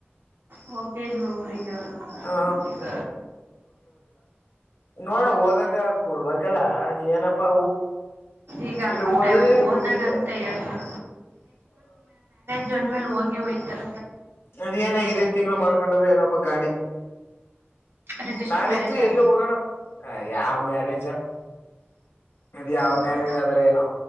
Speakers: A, on the right (about 70°); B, on the left (about 85°).
A: ಹೋಗೆಲ್ೋಗ್ರ ಯಾರು
B: ಹ
A: ಈಗ.
B: ನೋಡಣ ಹೋದಾಗ ಕೊಡ್ಬೇಕಲ್ಲ ಅದ್ ಏನಪ್ಪಾ
A: ಈಗ ಹಬ್ಬುಟ್ಟೆ
B: ಇಲ್ಲಿ ಹೋದಏನ
A: ಹೋದಾಗಂತ
B: ಗೊತ್ತಿಲ್ಲ
A: ಹೇಳ್ಬಿಡು ಜೋನ್ ಮೇಲೆ ಹೋಗಿ ಹೋಗ್ತರ
B: ಅದೇಏನ ಇದೇ ತಿಂಗಳು ಮಾಡ್ಕೊಂಡದ ಏನಪ್ಪಾ ಕಾಣಿ
A: ರಿಜಿಸ್ಟರ್
B: ನಾಳಿದ್ದು
A: ಮ್ಯಾರೇಜಾ
B: ಎಲ್ಲು ಹೋಗೋಣ, ಯಾವ ಮ್ಯಾರೇಜ ಅದು ಯಾವ
A: ಮತ್ತ
B: ಮ್ಯಾರೇಜ್ ಆದ್ರ ಏನೋ